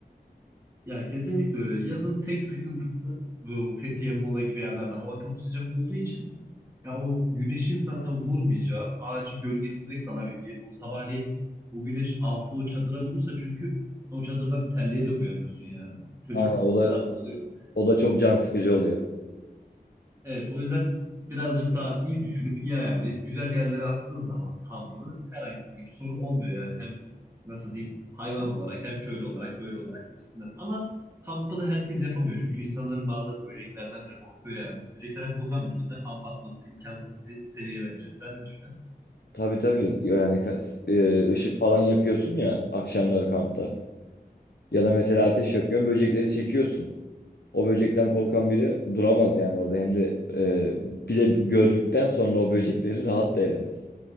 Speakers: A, on the right (about 15°); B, on the left (about 80°).
A: Ya kesinlikle öyle. Yazın tek sıkıntısı bu Fethiye, Muğla gibi yerlerde hava çok sıcak olduğu için ya o güneşin sana vurmayacağı, ağacın gölgesinde kalabileceğin, o sabahleyin o güneş altıda o çadıra vurursa çünkü o çadırdan terleyerek uyanıyorsun yani. Böyle
B: Aynen
A: bir sıkıntılar
B: o da
A: da oluyor.
B: o da çok can sıkıcı oluyor.
A: Evet, o yüzden birazcık daha iyi düşünüp iyi ayarlayıp güzel yerlere attığın zaman kampını herhangi bir sorun olmuyor yani hem nasıl diyeyim hayvan olarak hem şöyle olarak böyle olarak gibisinden. Ama kampı da herkes yapamıyor çünkü insanların bazıları böceklerden bile korkuyor yani. Böcekten korkan biri mesela kamp atması imkansız bir seviye bence. Sen ne düşünüyorsun?
B: Tabii tabii Yo, yani kas- e, ışık falan yakıyorsun ya akşamları kampta. Ya da mesela ateş yakıyorsun böcekleri çekiyorsun. O böcekten korkan biri duramaz yani orada. Hem de e, bir de gördükten sonra o böcekleri rahat da edemez